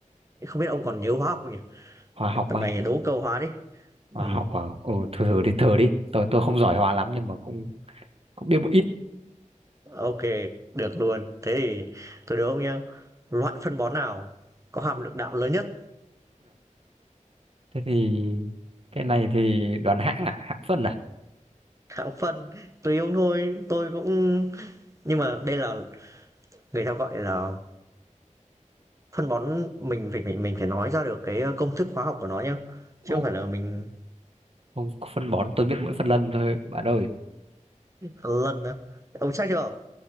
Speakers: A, on the right; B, on the right.
A: không biết ông còn nhớ hóa học không nhỉ?
B: hóa học
A: Tầm
B: à
A: này đố câu hóa đi.
B: hóa
A: Ừm,
B: học à ừ thử thử đi thử đi tôi tôi không giỏi hóa lắm nhưng mà cũng cũng biết một ít
A: ô được luôn. Thế thì tôi đố ông nhá. Loại phân bón nào có hàm lượng đạm lớn nhất?
B: thế thì cái này thì đoán hãng à hãng phân à
A: Hạng phân, tùy ông thôi, tôi cũng nhưng mà đây là người ta gọi là phân bón mình phải mình, mình phải nói ra được cái ờ, công thức hóa học của nó nhá chứ
B: Ô,
A: không phải là mình
B: không phân bón tôi biết mỗi phân lân thôi bạn ơi
A: lần nữa ông chắc chưa